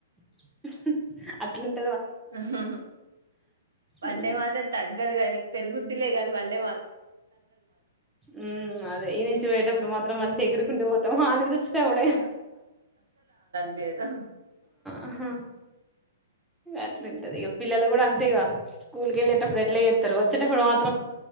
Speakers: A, in the centre; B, on the right.
A: ఉమ్ హు అట్లుంటే
B: ఉమ్ హు వండే
A: ఉమ్
B: మాత్రం తగ్గదు కానీ పెరుగుద్దిలే గానీ వండే మాత్
A: ఉమ్ అదే ఈ నుంచి పోయేటప్పుడు మాత్రం మంచిగా ఎగురుకుంటూ పోతాం అటునుంచి వచ్చేటప్పుడే
B: ఎదో
A: అహా అట్లుంటది ఇక పిల్లలు కూడా అంతే ఇక స్కూల్ కేళ్ళేటప్పుడు అట్లా చేతారు వచ్చేటప్పుడు మాత్ర్